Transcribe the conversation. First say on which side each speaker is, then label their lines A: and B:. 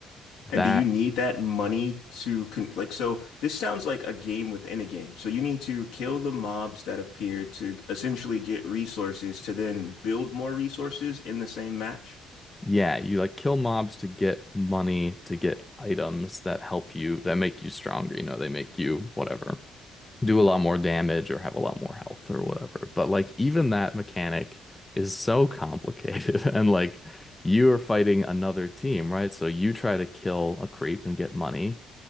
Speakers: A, on the left; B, on the left.
A: That,
B: And do you need that money to con like so this sounds like a game within a game. So you need to kill the mobs that appear to essentially get resources to then build more resources in the same match.
A: yeah, you like kill mobs to get money, to get items that help you, that make you stronger, you know, they make you whatever. do a lot more damage or have a lot more health or whatever. But like even that mechanic is so complicated <laughs> and like you are fighting another team, right? So you try to kill a creep and get money,